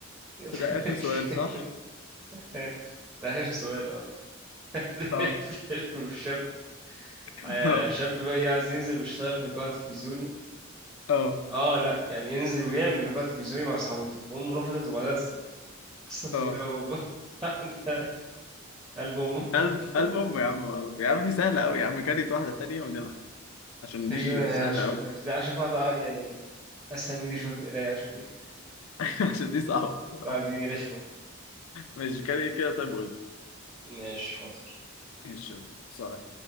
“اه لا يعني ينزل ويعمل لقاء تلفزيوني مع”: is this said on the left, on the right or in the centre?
Right